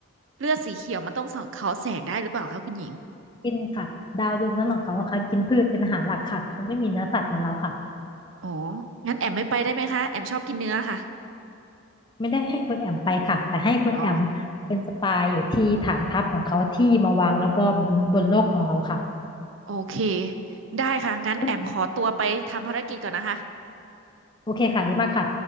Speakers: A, on the right; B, on the left.
A: เลือดสีเขียวมันต้องสังเคราะห์แสงได้หรือเปล่าคะคุณหญิง
B: กินค่ะดาวดวงนั้นของเขาอะค่ะกินพืชเป็นอาหารหลักค่ะเขาไม่มีเนื้อสัตว์เหมือนเราค่ะ
A: อ๋องั้นแอมไม่ไปได้ไหมคะแอมชอบกินเนื้อค่ะ
B: ไม่ได้ให้คุณแอมไปค่ะแต่ให้คุณแอมเป็นสปายอยู่ที่ฐานทัพของเขาที่มาวางรอบๆบนบนโลกของเราค่ะ
A: อ๋อโอเคได้ค่ะงั้นแอมขอตัวไปทำภารกิจก่อนนะคะ
B: คุณแอมโอเคค่ะดีมากค่ะ